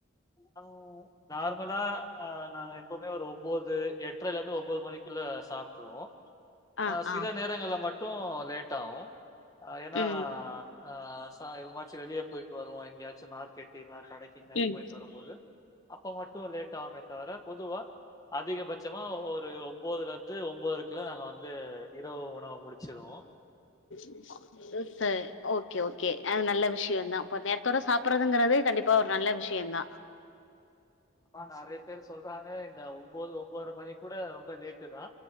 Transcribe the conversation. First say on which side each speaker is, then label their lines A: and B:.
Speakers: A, on the left (about 15°); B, on the left (about 65°).
A: ஆ நார்மலா ஆ நாங்க எப்பவுமே ஒரு ஒம்போது எட்ரை இருந்து ஒம்புது மணிக்குள்ள சாப் ட்ருவோ
B: ஆ
A: அ சில
B: ஆ
A: நேரங்கள்ள மட்டு லேட் ஆகு அ ஏனா
B: ம்
A: ஆ ச எவமாச்சு வெளிய போயிட்டு வருவா எங்கயாச்சு மார்க்கெட்டு இல்லனா கடைக்கு என்னாச்சு
B: ம்
A: போயிட்டு வரும்போது அப்ப மட்டு லேட் ஆகுமே தவர பொதுவா அதிகபட்சமா ஒரு ஒம்போதுல இருந்து ஒம்போதர கிலோ நாங்க வந்து இரவு உணவ முடிச்ருவோ
B: <inaudible> <inaudible> ஓகே ஓகே அது நல்ல விஷ்யோந்தா பட் நேரத்தோட சாப்பட்றதுங்கறதே கண்டிப் ப்ப ஒரு நல்ல விஷ்யந்தா
A: ப நெறைய பேரு சொல்றாங்க இந்த ஒம்போது ஒம்போத்ர மணி கூட ரொம்ப லேட்டு தா